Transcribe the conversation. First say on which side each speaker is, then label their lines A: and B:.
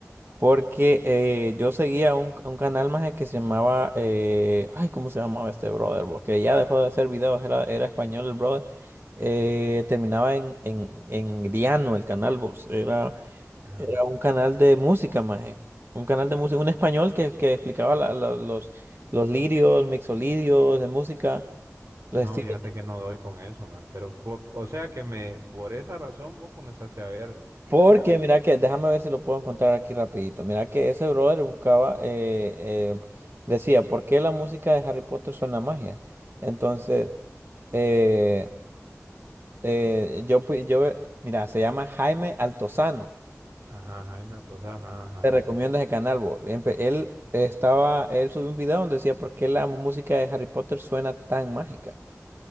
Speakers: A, on the right (about 45°); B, on the right (about 65°).
A: Porque eh, yo seguía un, un canal más que se llamaba, eh, ay, ¿cómo se llamaba este brother? Porque ya dejó de hacer videos, era, era español el brother. Eh, terminaba en, en, en Griano el canal, vos. Era,
B: Ajá.
A: era un canal de música, maje. Un canal de música, un español que, que explicaba la- la- los, los lirios, mixolidios de música, los
B: No,
A: estilos
B: fíjate que no doy con eso, man. Pero, por- o sea que me, por esa razón vos comenzaste a ver,
A: Porque
B: eh,
A: mira que, déjame ver si lo puedo encontrar aquí rapidito. Mira que ese brother buscaba, eh, eh, decía, ¿por qué la música de Harry Potter suena a magia? Entonces, eh, eh, yo, pu- yo, eh, mira, se llama Jaime Altozano.
B: ajá, Jaime Atozán, ajá.
A: Te recomiendo ese canal, bo. Empe- Él estaba, él subió un video donde decía, ¿por qué la música de Harry Potter suena tan mágica?